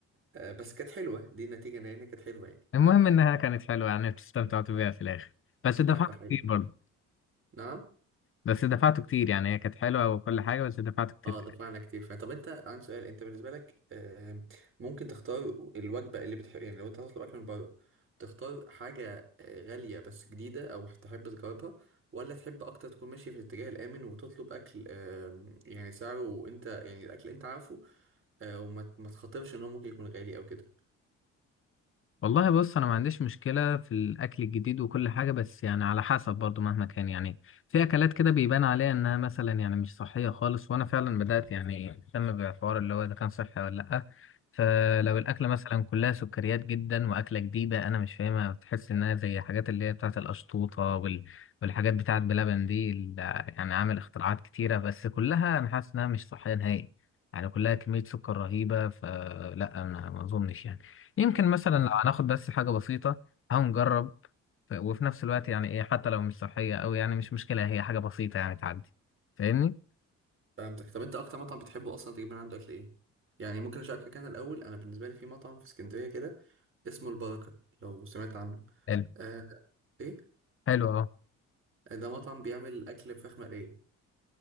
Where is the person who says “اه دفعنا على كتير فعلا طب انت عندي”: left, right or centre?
Right